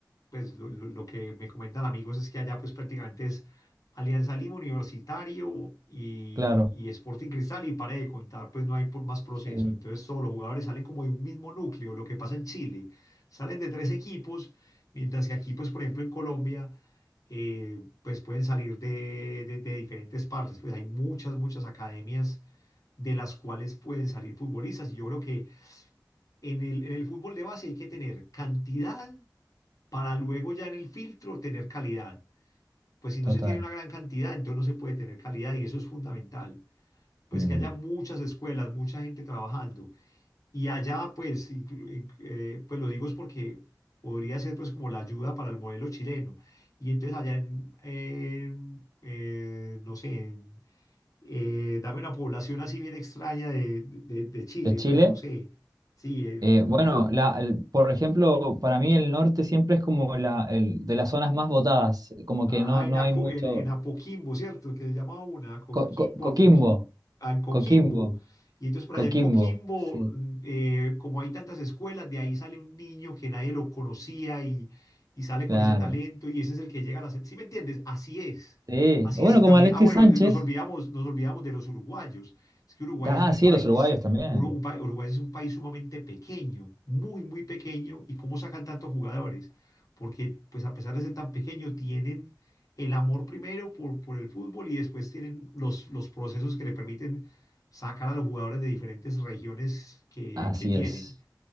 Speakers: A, on the left; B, on the right.
A: pues lo, lo- lo que me comentan amigos es que allá pues prácticamente es Alianza Lima Universitario y,
B: Claro,
A: y Sporting Cristal y para de contar, pues no hay por más proceso.
B: sí,
A: Entonces todos los jugadores salen como de un mismo núcleo, lo que pasa en Chile. Salen de tres equipos, mientras que aquí pues por ejemplo en Colombia, eh, pues pueden salir de, de de diferentes partes. Pues hay muchas, muchas academias de las cuales pueden salir futbolistas y yo creo que en el, en el fútbol de base hay que tener cantidad para luego ya en el filtro tener calidad. Pues si
B: total.
A: no se tiene una gran cantidad, entonces no se puede tener calidad y eso es fundamental. Pues
B: Mm.
A: que haya muchas escuelas, mucha gente trabajando. Y allá, pues, inclu- in- eh, pues lo digo es porque podría ser pues como la ayuda para el modelo chileno. Y entonces allá en, en, eh, no sé, en, eh, dame una población así bien extraña de, de, de Chile,
B: De Chile.
A: pues no sé, sí, en,
B: eh, bueno, la, el- por ejemplo, para mí el norte siempre es como la, el, de las zonas más votadas, como que
A: Ajá,
B: no, no
A: en, Aco-
B: hay mucho.
A: en, en Apoquimbo, ¿cierto? Que se llama una, Apoquimbo,
B: Co- co- Coquimbo,
A: Apoquimbo, ah, en Coquimbo.
B: Coquimbo,
A: Y entonces por
B: Coquimbo.
A: allá en Coquimbo,
B: Sí,
A: mm, eh, como hay tantas escuelas, de ahí sale un niño que nadie lo conocía y, y sale
B: claro.
A: con ese talento y ese es el que llega a la... se- ¿Sí me entiendes? Así es.
B: Sí.
A: Así
B: O Bueno,
A: es. Y
B: como
A: también,
B: Alexis
A: ah, bueno,
B: Sánchez.
A: eh, nos olvidamos, nos olvidamos de los uruguayos. Es que Uruguay
B: Ah,
A: es un
B: sí,
A: país,
B: los uruguayos también.
A: uno- un pa- Uruguay es un país sumamente pequeño, muy, muy pequeño. ¿Y cómo sacan tantos jugadores? porque pues a pesar de ser tan pequeño, tienen el amor primero por, por el fútbol y después tienen los, los procesos que le permiten sacar a los jugadores de diferentes regiones que,
B: Así
A: que tienen.
B: es.